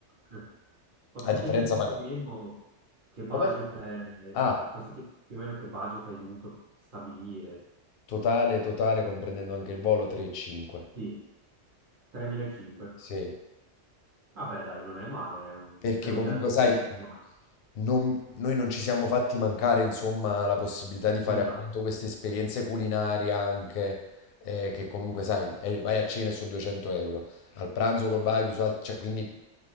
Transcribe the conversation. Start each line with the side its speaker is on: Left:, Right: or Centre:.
Right: Eh. Posso
Left: a differenza
Right: chiederti
Left: magari...
Right: più o meno che budget
Left: Come?
Right: è...
Left: Ah,
Right: Posso chiederti più o meno che budget hai dovuto stabilire?
Left: totale, totale, comprendendo anche il volo 3 e 5.
Right: Sì, 3.500.
Left: Sì.
Right: Vabbè, dai, non è male, è un-
Left: Perché
Right: per un
Left: comunque,
Right: viaggio di
Left: sai,
Right: due settimane.
Left: non- noi non ci siamo fatti mancare, insomma, la possibilità di fare
Right: Nulla.
Left: appunto queste esperienze culinarie anche, eh, che comunque, sai, eh, vai a cena e sono 200 euro, al pranzo col barbecue, su alt- cioè, quindi,